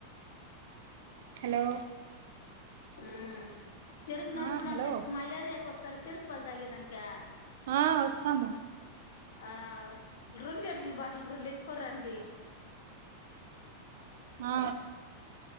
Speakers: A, on the right (about 55°); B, on the left (about 55°).
A: హలో
B: ఆ చెరుకు నరుక్కొనేసి
A: ఆ హలో
B: ఇష్టమయ్యాక వస్తారా? చెరుకు పాలు తాగేదానికి.
A: ఆ వస్తాము
B: ఆ రెండు లీటర్ బాటల్లో రెండు ఎత్తుకొని రండి.
A: ఆ